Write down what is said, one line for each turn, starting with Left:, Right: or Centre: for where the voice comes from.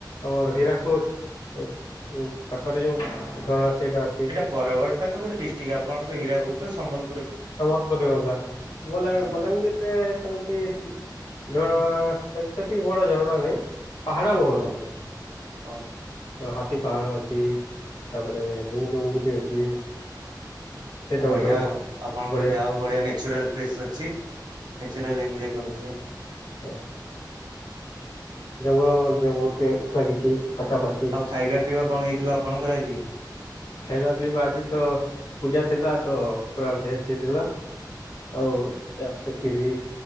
Left: ଆମର ହୀରାକୁଦ। ପାଖରେ ଯୋଉ ଝରଣା ସେଇଟା ଅଛି।
Right: ବରଗଡ଼ଟ ତ ଗୋଟ ଡିଷ୍ଟିକ୍ ଆପଣଙ୍କର ହୀରାଦତ ସମ୍ବଲପୁର।
Left: ସମବଲପୁର ଗଲା ଗଲା
Right: ହଁ
Left: ବଲାଙ୍ଗୀର। ସେମିତି ଝରଣା ସେତିକି ବଡ ଝରଣା ନାହିଁ। ପାହାଡ ବହୁତ
Right: ଓହୋ
Left: ଅଛି।
Right: ଓ
Left: ହାତୀ ପାହାଡ ଅଛି ତାପରେ <unintelligible> ଅଛି। ସେଇଟା
Right: ଆଉ ବଢିଆ
Left: ଗୋଟେ
Right: ଆପଣଙ୍କର
Left: ବଢିଆ
Right: ଯାହାଉ ବଢିଆ ନେଚୁରାଲ <unintelligible> ଅଛି ନେଚୁରାଲ ଏନଜୟ କରୁଥିବେ।
Left: ଉୁଁ। ଜଙ୍ଗଲ ମଧ୍ୟ ବହୁତ ଲାଗିଛି ପାଖାପାଖି।
Right: ଆଉ ଖାଇବା ପିଇବା କଣ ହେଇଥିଲା ଆପଣଙ୍କର ଆଜି?
Left: ଖାଇବା ପିଇବା ଆଜିତ ପୂଜା ଥିଲାତ ପୁରା ଭେଜ ହେଇଥିଲା। ଆଉକିରି